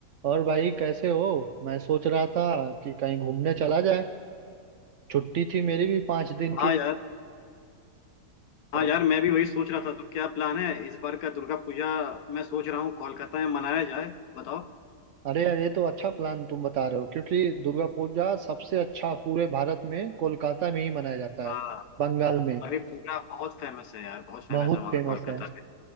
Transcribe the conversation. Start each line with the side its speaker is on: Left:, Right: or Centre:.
Right: और भाई कैसे हो मैं सोच रहा था कि कहीं घूमने चला जाए छुट्टी थी मेरी भी पाँच दिन
Left: हाँ
Right: की
Left: यार
Right: तो
Left: हाँ यार मैं भी वही सोच रहा था तो क्या प्लान है इस बार का दुर्गा पूजा मैं सोच रहा हूँ कोलकाता में मनाया जाए बताओ
Right: अरे यार ये तो अच्छा प्लान तुम बता रहे हो क्योंकि दुर्गा पूजा सबसे अच्छा पूरे भारत में कोलकाता में ही मनाया जाता
Left: हाँ
Right: है बंगाल में
Left: अरे पूरा बहुत फेमस है यार बहुत फेमस
Right: बहुत
Left: है वहाँ
Right: फेमस
Left: का कोलकाता
Right: है
Left: में